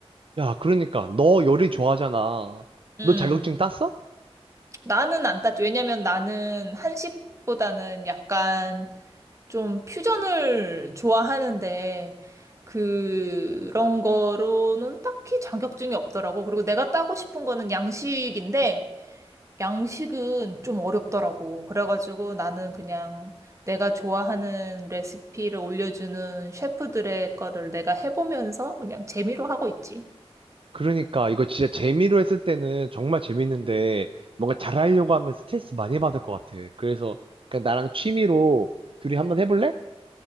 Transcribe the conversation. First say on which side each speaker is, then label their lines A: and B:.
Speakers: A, on the right; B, on the right.
A: 야, 그러니까 너 요리 좋아하잖아.
B: 음,
A: 너 자격증 땄어?
B: 나는 안 따지. 왜냐면 나는 한식보다는 약간 좀 퓨전을 좋아하는데, 그런 거로는 딱히 자격증이 없더라고. 그리고 내가 따고 싶은 거는 양식인데, 양식은 좀 어렵더라고. 그래가지고 나는 그냥 내가 좋아하는 레시피를 올려주는 셰프들의 거를 내가 해보면서 그냥 재미로 하고 있지.
A: 그러니까 이거 진짜 재미로 했을 때는 정말 재밌는데 뭔가 잘하려고 하면 스트레스 많이 받을 것 같아. 그래서 그냥 나랑 취미로 둘이 한번 해볼래?